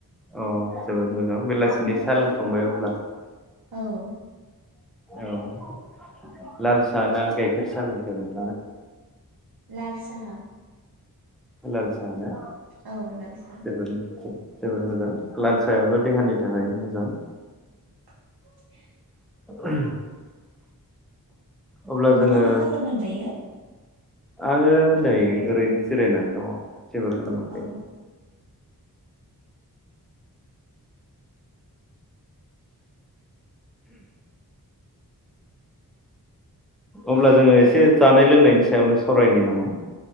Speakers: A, in the centre; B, on the right.
A: अ जोबोद मोजां बेलासिनि साहा लोंखांबाय अब्ला
B: ओउ।
A: ओउ लाल साहा ना गायखेर सा लोंखो नो
B: लाल साहा।
A: लाल साहा ना?
B: ओउ लालसा।
A: जोबोद जोबोद मोजां लाल साहायाबो देहानि थाखाय मोजां।
B: <unintelligible>
A: <unintelligible> अब्ला
B: नोंथाङा
A: जोङो
B: मा खालामदों दायो?
A: आङो नै ओरैनो जिरायनानै दङ। जेबो खालामाखै।
B: अ
A: अब्ला जोङो एसे जानाय लोंनायनि सायावनो सावरायनि नामा?